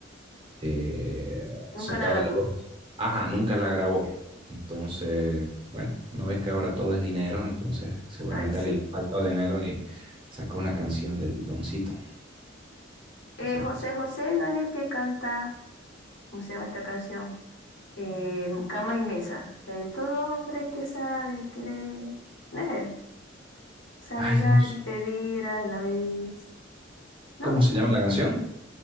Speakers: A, on the right; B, on the left.
A: eh,
B: Nunca
A: sacado
B: la grabó.
A: a la luz. Ajá, nunca la grabó. Entonces, bueno, no ves que ahora todo es dinero, entonces seguramente
B: Ay, sí.
A: alguien le falta dinero y sacó una canción del Doncito,
B: Eh,
A: José
B: José
A: José.
B: José no es el que canta, ¿cómo se llama esta canción? Eh, Cama y Mesa. De todo hombre que sabe querer. No es él. Sabe
A: Ay,
B: dar
A: no. s-
B: y pedir a la vez, ¿no?
A: ¿Cómo se llama la canción?